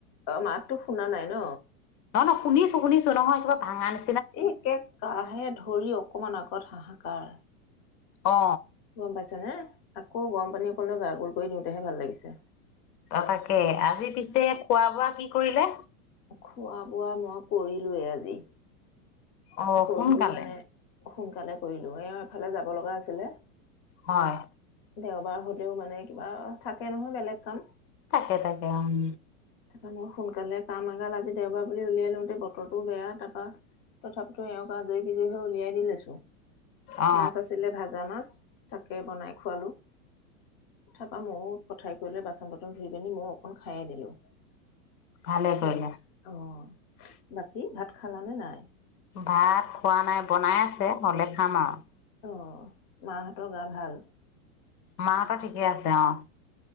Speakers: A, on the left (about 30°); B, on the left (about 80°).
A: অ', মাততো শুনা নাই ন'।
B: অ', নহ, নহ শুনিছো শুনিছো নহয় কিবা ভাঙা‌ নি
A: এই একে কাঁহে ধৰি অকমান আগ ঘৰত হাহাকাৰ।
B: অ
A: গম পাইছানে? আকৌ গৰম পানী অকণ লৈ গাৰগোল কৰি দিওঁতেহে ভাল লাগিছে।
B: অ', তাকে আজি পিছে খোৱা বোৱা কি কৰিলে?
A: খোৱা-বোৱা মই কৰিলোৱে আজি।
B: অ',
A: কৰিলো
B: সোনকালে।
A: মানে সোনকালে কৰিলোঁ, এওঁ এফালে যাব লগা আছিলে।
B: হয়।
A: দেওবাৰ হ'লেও মানে কিবা থাকে নহয় বেলেগ কাম।
B: থাকে থাকে, অম।
A: তাৰপৰা মই সোনকালে কাম এগাল আজি দেওবাৰ বুলি উলিয়াই লওঁতে বতৰতো বেয়া তাৰপা তথাপিতো এওঁক আজৰি <unintelligible> হৈ উলিয়াই দি লৈছোঁ।
B: অ
A: মাছ আছিলে, ভাজা মাছ। তাকে বনাই খোৱালোঁ। তাৰপা ময়ো পঠাই কৰি লৈ বাচন বৰ্তন ধুই পেনি ময়ো অকণ খায়ে দিলোঁ। <unintelligible>
B: ভালে কৰিলে।
A: অ'। বাকী ভাত খালা নে নাই?
B: ভাত খোৱা নাই, বনাই আছে, হ'লে খাম আৰু।
A: অ', মাহঁতৰ গা ভাল?
B: মাহঁতৰ ঠিকে আছে অ'।